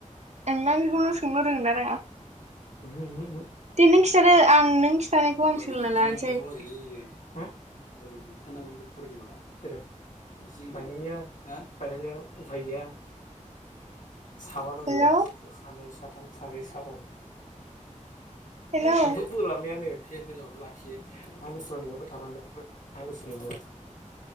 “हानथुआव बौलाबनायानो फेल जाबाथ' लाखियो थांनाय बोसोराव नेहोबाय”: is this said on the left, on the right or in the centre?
Left